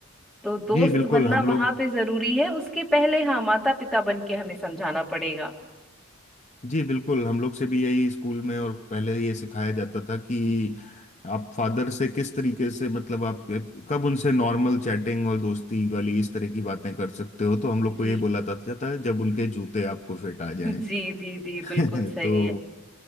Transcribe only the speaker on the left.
जी बिल्कुल
हम लोग
जी बिल्कुल हम लोग से भी यही स्कूल में और पहले ये सिखाया जाता था कि आप फादर से किस तरीके से मतलब आप कब उनसे नॉर्मल चैटिंग और दोस्ती वाली इस तरह की बातें कर सकते हो तो हम लोग को
ये बोला जाता था जब उनके जूते आपको फिट आ जाएं
<laughs>
तो